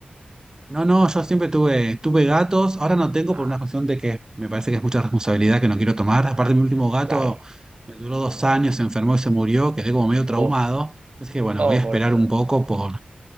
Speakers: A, on the right; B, on the right.
A: No, no, yo siempre tuve, tuve gatos, ahora no tengo
B: Ah,
A: por una cuestión de que me parece que es mucha responsabilidad que no quiero tomar.
B: ajá.
A: Aparte, mi último gato
B: Claro.
A: me duró dos años, se enfermó y se murió, quedé como medio traumado.
B: Uf.
A: Entonces que bueno,
B: Oh,
A: voy a
B: pobrecillo.
A: esperar un poco por,